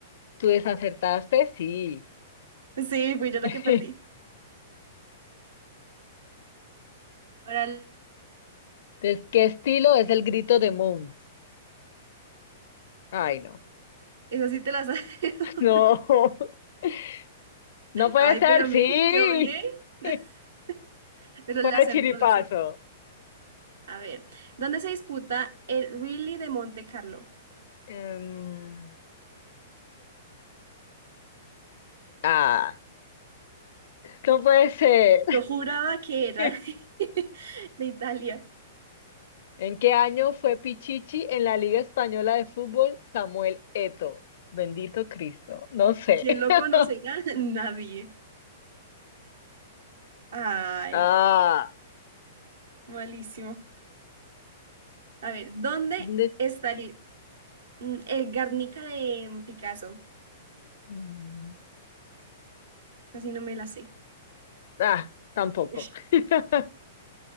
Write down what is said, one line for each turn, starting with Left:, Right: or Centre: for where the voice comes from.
Left: ¿Tú desacertaste? Sí.
Right: Sí, fui yo la
Left: <laughs>
Right: que perdí. Órale.
Left: Entonces, ¿qué estilo es el grito de Moon? Ay, no.
Right: Esa sí te la sabes. <laughs>
Left: No. <laughs> No puede
Right: Ay,
Left: ser.
Right: pero
Left: Sí.
Right: mire, le quedó bien. <laughs>
Left: <laughs>
Right: Pero
Left: Fue
Right: la
Left: de
Right: acertó,
Left: chiripazo.
Right: la acertó. A ver, ¿dónde se disputa el Rally de Monte Carlo?
Left: Em, ah, no puede ser.
Right: Yo juraba que era
Left: <laughs>
Right: de, <laughs> de Italia.
Left: ¿En qué año fue Pichichi en la Liga Española de Fútbol Samuel Eto? Bendito Cristo. No sé.
Right: ¿Quién
Left: <laughs>
Right: lo conocerá? <laughs> Nadie. Ay,
Left: Ah,
Right: malísimo. A ver, ¿dónde
Left: de-
Right: está el, mm, el Guernica de Picasso?
Left: mm,
Right: Casi no me la sé.
Left: ah, tampoco.
Right: Ush,
Left: <laughs>